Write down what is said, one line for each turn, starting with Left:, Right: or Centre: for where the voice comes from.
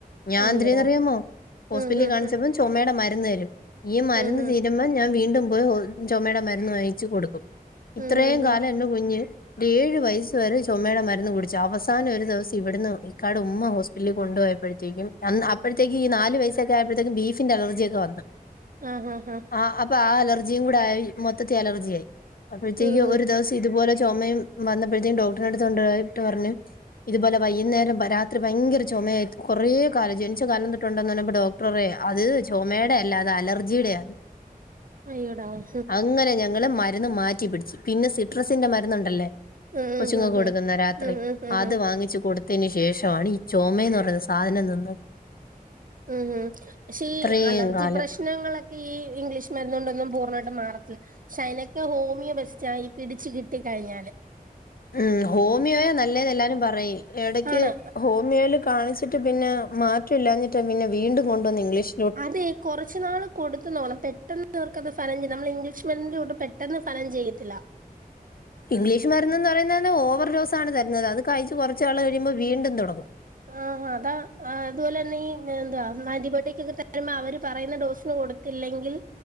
Left: ഞാനേന്ത്രിയാനറിയാമോ
Right: അയ്യോടാ
Left: ഹോസ്പിറ്റലിൽ
Right: ഉം ഉം
Left: കാണിച്ചപ്പം
Right: ഉം
Left: ചൊ മയുടെ മരുന്ന് തരും ഈ മരുന്ന്
Right: ഉം ഉം
Left: തീ രുമ്മ ഞാൻ വീണ്ടും പോയി ചൊമയുടെ മരുന്ന് വാങ്ങിച്ചു കൊടുക്കും ഇത്രയും
Right: ഉം ഉം
Left: കാലം
Right: ഉം
Left: എന്റെ കുഞ്ഞ് ഏഴ് വയസ്സ് വരെ ചൊമേടെ മരുന്ന് കുടിച്ചു അവസാനം ഒര് ദെവസം ഇവിടുന്ന് ക്കാട് ഉമ്മ ഹോസ്പിറ്റലിൽ കൊണ്ടോ യപ്പത്തേക്കും അപ്പോഴത്തേക്കും നാല് വയസൊക്കെ ആയപ്പോഴത്തേക്കും ബീഫിന്റെ അലർജിയൊക്കെ വന്നു
Right: ആഹ് ആഹ്
Left: ആ അപ്പൊ ആ അലർജിയും കൂടായി മൊത്തത്തിൽ അലർജിആയി അപ്പോഴത്തേക്കും
Right: ഉം ഉം
Left: ഒരു ദിവസം
Right: ഉം
Left: ഇതുപോലെ ചൊമയും വന്നപ്പോഴത്തേക്കും ഡോക്ടറ ടുത്തുകൊണ്ടോയിട്ട് പറഞ്ഞു ഇതുപോലെ വൈന്നേരം രാത്രി വയങ്കര ചൊമയായി കുറേ കാലം ജനിച്ച കാലംതൊട്ടുണ്ടോന്ന് ന്ന ന്ന് ഡോ ക്ടറെ അത് ചൊമേടല്ലാ അത ലർജിയുടെയാണ്
Right: അയ്യോടാ ഉം
Left: അങ്ങനെ ഞങ്ങള് മരുന്ന് മാറ്റി പിടിച്ചു പിന്നെ സിട്രസിന്റെ മരുന്നുണ്ടല്ലേ
Right: ഉം
Left: കൊച്ചുങ്ങ
Right: ഉം ഉം ഉം
Left: കൊടുക്കുന്ന രാത്രി
Right: ഉം ഉം
Left: അ
Right: ഉം
Left: അത്
Right: ഉം
Left: വാങ്ങിച്ചു കൊടുത്തയിനു ശേഷണ് ഈ ചുമന്ന് പറയുന്ന സാധനം നിന്നത്
Right: ഉം ഉം പക്ഷേ
Left: ഇത്രയും
Right: അലർജി
Left: കാലം
Right: പ്രശ് പ്രശ്നങ്ങളൊക്കെ ഈ ഇംഗ്ലീഷ് മരുന്ന കൊണ്ടൊന്നും പൂർണ്ണയിട്ട് മാറത്തില്ല ശൈനക്ക് ഹോമിയോ ബസ്റ്റ പിടിച്ചു കിട്ട കഴിഞ്ഞല്
Left: ഉം ഹോമിയോയ നല്ലേന്ന് എല്ലാരും പറയും എവിടക്ക്
Right: ആണ്
Left: ഹോമിയോയിൽ കാണിച് ട്ട് പിന്നെ മാറ്റംല്ലാഞ്ഞിട്ടാ പിന്നെ വീണ്ടും കൊണ്ടുവന്ന് ഇംഗ്ലീഷ്
Right: അതെ കൊറച്ചു നാള് കൊടുത്തു നോണം പെട്ടെന്ന് ഇവർക്ക്ത് ഫലം ചെയ്യാം നമ്മൾ ഇംഗ്ലീഷ് മീഡിന്റെ കൂട്ട പെട്ട ഫലം ചെയ്ത്തില്ല
Left: ഇംഗ്ലീഷ് മരന്ന് എന്ന് പറയുന്നത് ഓവർ ഡോസണ് തരുന്നത് അത് കഴിച്ച് കുറച്ചാൾ വരുമ്പോൾ വീണ്ടും തുടങ്ങും
Right: ആഹാ അതാ അതുപോലെ തന്നെ ഈ എന്താ ആന്റിബയോട്ടിക് ഒക്കെ തരുമ്പോ അവര് പറയുന്ന ഡോസിന് കൊടു ല്ലെങ്കിൽ